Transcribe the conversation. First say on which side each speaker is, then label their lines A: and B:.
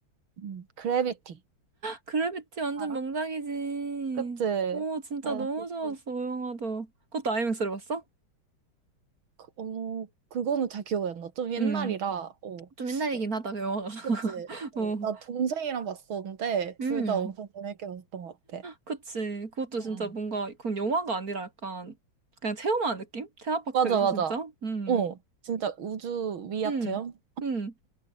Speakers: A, on the right; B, on the right.
A: 음, 그래비티
B: 그래비티 완전
A: 알아?
B: 명작이지.
A: 그치?
B: 오, 진짜
A: 나는
B: 너무
A: 그,
B: 좋았어,
A: 그,
B: 그 영화도. 그것도 아이맥스로 봤어?
A: 그- 어, 그거는 잘 기억이 안 나. 좀 옛날이라.
B: 음.
A: 어.
B: 좀 옛날이긴
A: 예,
B: 하다, 그 영화가. <laughs>
A: 그치? 어,
B: 어.
A: 나 동생이랑 봤었는데 둘
B: 음.
A: 다 엄청 재밌게 봤던 것 같아.
B: 그치. 그것도
A: 응.
B: 진짜 뭔가, 그건 영화가 아니라 약간, 그냥 체험하는 느낌? 테마파크에서
A: 맞아 맞아.
B: 진짜? 음.
A: 어. 진짜 우주 위아트형?
B: 음. 음.